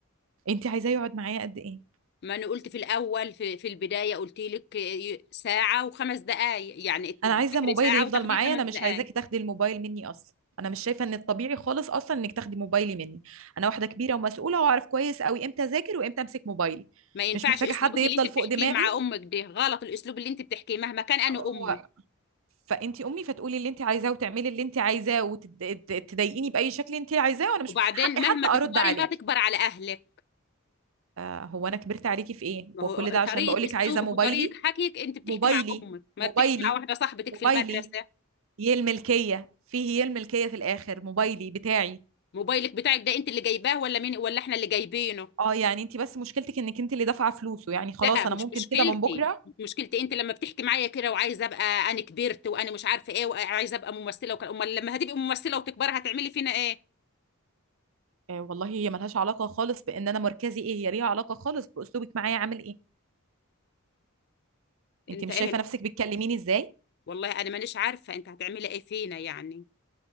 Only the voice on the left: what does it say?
ما انا قلت في الاول في, في البداية قلت لك ي- ساعة وخمس دقايق يعني تذاكري
ساعة
وتاخدي
خمس
دقايق
ما ينفعش
اسلوبك
اللي انت بتحكيه
مع امك ده غلط الاسلوب اللي انت بتحكيه مهما كان انا
امك
وبعدين
مهما
تكبري
ما تكبر على اهلك
ما
هو
طريقة
أسلوبك
وطريقة حكيك أنت بتحكي
مع أمك ما
بتحكي مع واحدة صاحبتك
في المدرسة
موبايلك بتاعك ده أنت اللي جايباه ولا مين ولا إحنا اللي جايبينه
لا مش
مشكلتي
مش مشكلتي أنت لما بتحكي معايا كده وعايزة أبقى أنا كبرت وأنا مش عارفة إيه وعايزة أبقى ممثلة وكده أمال لما هتبقي ممثلة وتكبري هتعملي فينا إيه
أنت
إيه
الح-
والله أنا مانيش عارفة أنت هتعملي إيه فينا يعني